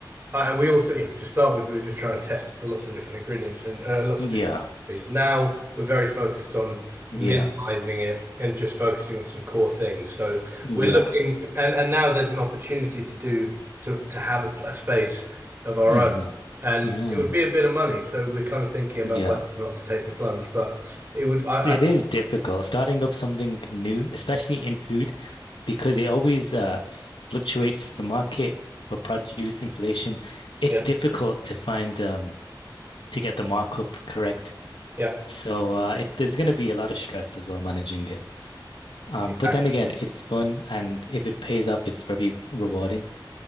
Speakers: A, on the right; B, on the left.
A: uh, and we also, you know, to start with, we were just trying to test lots of different ingredients and uh, lots
B: Yeah.
A: of different recipes. Now we're very focused on
B: Yeah.
A: minimizing it and just focusing on some core things. So
B: Yeah.
A: we're looking, and and now there's an opportunity to do to to have a, a space of our
B: hmm
A: own, and
B: mm
A: it would be a bit of money. So we're kind of thinking about
B: Yeah.
A: whether or not to take the plunge, but it would, I,
B: It
A: I,
B: is difficult starting up something new, especially in food, because it always uh, fluctuates the market for produce, inflation. It's
A: yeah,
B: difficult to find um, to get the markup correct.
A: yeah,
B: So uh, it, there's going to be a lot of stress as well managing it. Um,
A: exactly,
B: but then again, it's fun, and if it pays off, it's very rewarding.